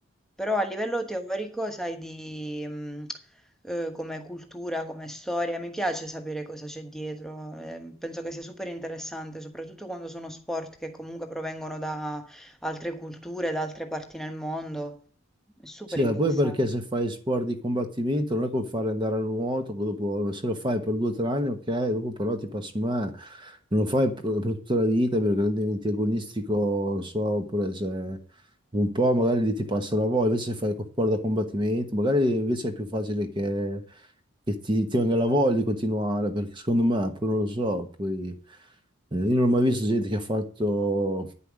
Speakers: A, in the centre; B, on the right.
A: Però a livello teorico, sai, di, mh, eh, come cultura, come storia, mi piace sapere cosa c'è dietro. eh, penso che sia super interessante, soprattutto quando sono sport che comunque provengono da altre culture, da altre parti nel mondo. È super
B: Sì,
A: interessante.
B: ma poi perché se fai sport di combattimento non è come fare andare a nuoto, che dopo se lo fai per due o tre anni, ok, dopo però ti passa male, non lo fai per, per tutta la vita perché diventi agonistico, non so, oppure se un po' magari lì ti passa la voglia, invece se fai co- sport da combattimento, magari invece è più facile che, che ti, ti venga la voglia di continuare, perché secondo me, poi non lo so, poi eh, io non ho mai visto gente che ha fatto...